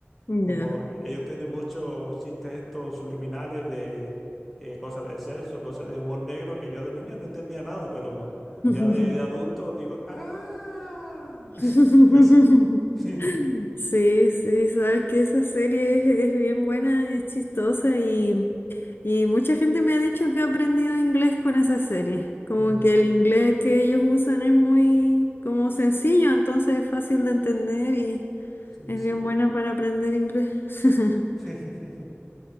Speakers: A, on the left; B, in the centre.
A: ya.
B: Como ellos tienen muchos chistes estos subliminales de eh, cosas de sexo, cosas de humor negro, que yo de niño no entendía nada, pero
A: <laughs>
B: ya de, de adulto digo, ¡ah!
A: <laughs>
B: <laughs> Y así. <laughs>
A: Sí, sí, sabes que esa serie es, es bien buena, es chistosa y, y mucha gente me ha dicho que ha aprendido inglés con esa serie. Como
B: Mm,
A: que el inglés que ellos usan es muy como sencillo, entonces es fácil de entender y
B: Sí,
A: es
B: sí.
A: bien buena para aprender inglés. <laughs>
B: <laughs>